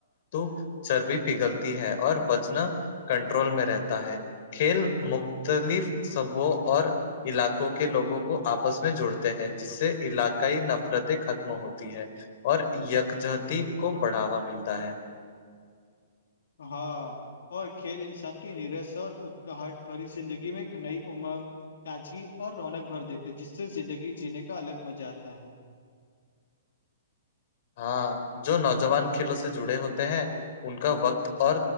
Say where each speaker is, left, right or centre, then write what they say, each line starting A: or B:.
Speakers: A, on the left (about 55°); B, on the left (about 75°).
A: تو چربی پگھلتی ہے اور وزنا کنٹرول میں رہتا ہے کھیل مختلف سبوں اور علاقوں کے لوگوں کو آپس میں جوڑتے ہیں جس سے علاقائی نفرتیں ختم ہوتی ہے اور یکجہتی کو بڑھاوا ملتا ہے
B: ہاں اور کھیل انسان کی نیرس اور اکاہٹ بھری زندگی میں ایک نئی امنگ تاجگی اور رونق بھر دیتے جس سے زندگی جینے کا الگ مزہ آتا ہے
A: ہاں جو نوجوان کھیلوں سے جڑے ہوتے ہیں ان کا وقت اور